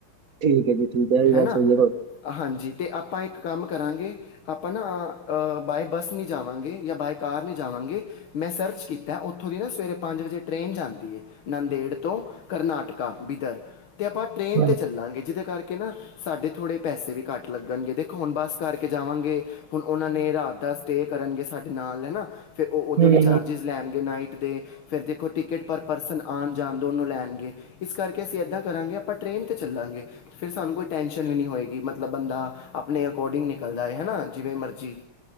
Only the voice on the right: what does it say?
ਠੀਕ ਏ ਜੀ ਠੀਕ ਏ ਇਹ ਵੀ
ਗੱਲ ਸਹੀ ਏ ਤੁਹਾਡੀ
ਹੂੰ,
ਹੂੰ
ਹੂੰ।